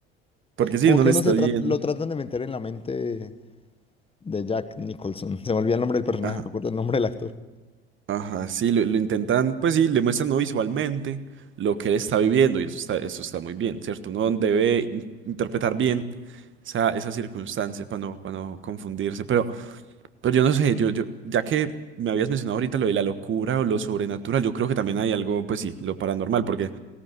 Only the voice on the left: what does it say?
como
que
uno
se
tra- lo tratan de meter en la mente de Jack Nicholson. Se me olvida el nombre del personaje,
me acuerdo el nombre del actor.